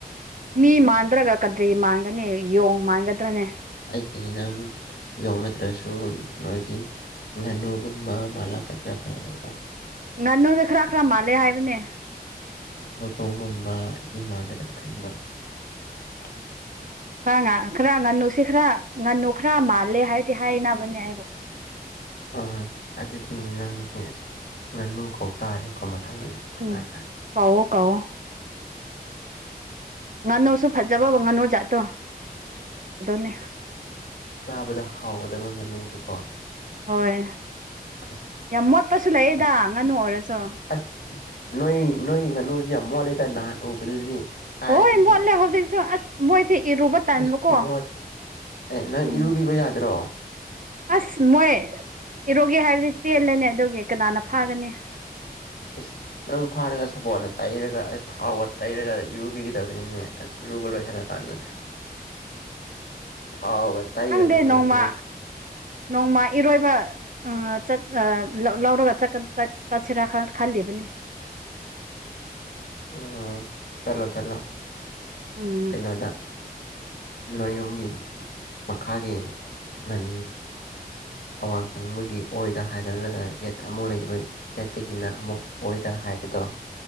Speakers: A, on the right (about 55°); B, on the left (about 80°).
A: ꯃꯤ ꯃꯥꯟꯗ꯭ꯔꯒ ꯀꯗꯔꯤ ꯃꯥꯟꯒꯅꯤ ꯌꯣꯡ ꯃꯥꯟꯒꯗ꯭ꯔꯅꯦ
B: ꯑꯩꯒꯤꯗꯤ ꯅꯪ ꯌꯧꯅꯗ꯭ꯔꯁꯨ ꯅꯣꯏꯒꯤ ꯉꯥꯅꯨꯒꯨꯝꯕ ꯃꯥꯂꯥ <unintelligible>
A: ꯉꯥꯅꯨꯅ ꯈ꯭ꯔ ꯈ꯭ꯔ ꯃꯥꯜꯂꯦ ꯍꯥꯏꯕꯅꯦ
B: ꯍꯧꯗꯣꯡꯒꯨꯝꯕ ꯑꯩꯗꯤ ꯃꯥꯟꯅꯗꯅ ꯈꯟꯕ <unintelligible>
A: ꯈ꯭ꯔ ꯉꯥ ꯈ꯭ꯔ ꯉꯥꯟꯅꯨꯁꯦ ꯈ꯭ꯔ ꯉꯥꯟꯅꯨ ꯈ꯭ꯔ ꯃꯥꯜꯂꯦ ꯍꯥꯏꯗꯤ ꯍꯥꯏꯅꯕꯥꯅꯦ ꯑꯩꯕꯨ
B: ꯑꯣ ꯑꯗꯨꯗꯤ ꯅꯪꯁꯦ ꯑꯁ ꯉꯥꯅꯨ ꯀꯧꯇꯥꯥꯔꯦꯀꯣ ꯃꯊꯪꯗꯗꯤ ꯎꯔꯀꯥꯟꯗ
A: ꯎꯝ ꯀꯧꯋꯣ ꯀꯧꯋꯣ ꯉꯥꯅꯨꯁꯨ ꯐꯖꯕꯕ ꯉꯥꯅꯨ ꯖꯥꯠꯇꯣ ꯑꯗꯨꯅꯦ
B: ꯆꯥꯕꯗ ꯍꯥꯎꯒꯗꯕ ꯉꯥꯅꯨꯗꯨꯀꯣ
A: ꯍꯣꯏ
B: ꯑꯁ
A: ꯌꯥꯝ ꯃꯣꯠꯄꯥꯁꯨ ꯂꯩꯌꯦꯗ
B: ꯃꯠ-
A: ꯉꯥꯅꯨ ꯑꯣꯏꯔꯥꯁꯨ
B: ꯑꯁ ꯅꯣꯏ ꯅꯣꯏꯒꯤ ꯉꯥꯅꯨꯗꯤ ꯌꯥꯝ ꯃꯣꯠꯂꯦꯗ ꯅꯍꯥꯟ ꯎꯕꯗꯨꯗꯤ ꯀꯥꯏꯗꯒꯤ
A: ꯍꯣꯏ ꯃꯣꯠꯂꯦ ꯍꯧꯖꯤꯛꯁꯨ ꯑꯁ ꯃꯣꯏꯁꯦ ꯏꯔꯨꯕ ꯇꯥꯟꯕꯀꯣ
B: ꯑꯁ ꯈꯨꯃꯣꯠ ꯑꯦ ꯅꯪ
A: ꯎꯝ
B: ꯏꯔꯨꯕꯤꯕ ꯌꯥꯗ꯭ꯔꯣ
A: ꯑꯁ ꯃꯣꯏ ꯏꯔꯣꯒꯦ ꯍꯥꯏꯔꯗꯤ ꯇꯦꯜꯂꯅꯤ ꯑꯗꯨꯒꯤ ꯀꯅꯥꯅ ꯐꯥꯒꯅꯤ
B: ꯑ ꯅꯪ ꯐꯥꯔꯒ ꯁꯄꯣꯠꯅ ꯇꯩꯔꯒ ꯑꯁ ꯊꯥꯎꯒ ꯇꯩꯔꯒ ꯏꯔꯨꯕꯤꯒꯗꯕꯅꯤꯅꯦ ꯑꯁ ꯏꯔꯨꯕ ꯂꯣꯏꯁꯤꯜꯂꯀꯥꯟꯗ ꯊꯥꯎꯕ ꯇꯥꯏꯈꯗꯅꯗ
A: ꯈꯪꯗꯦ ꯅꯣꯡꯃ
B: ꯃꯥ
A: ꯅꯣꯡꯃ ꯏꯔꯣꯏꯕ ꯑ ꯆꯠ ꯑꯥ ꯂꯧꯔꯒ ꯆꯠꯀ ꯆꯠꯄꯁꯤꯔꯥ ꯈꯜꯂꯤꯕꯅꯤ
B: ꯎꯝ ꯆꯠꯂꯣ ꯆꯠꯂꯣ
A: ꯎꯝ
B: ꯀꯩꯅꯣꯗ ꯅꯣꯌꯨꯝꯒꯤ ꯃꯈꯥꯒꯤ ꯃꯟ ꯑꯋꯥꯡ ꯊꯪꯕꯒꯤ ꯑꯣꯏꯗ ꯍꯥꯏꯒꯠꯂꯒ ꯌꯦꯠꯇ ꯑꯃꯨꯛ ꯂꯩꯕꯗꯤ ꯌꯦꯠꯇꯒꯤꯅ ꯑꯃꯨꯛ ꯑꯣꯏꯗ ꯍꯥꯏꯕꯗꯣ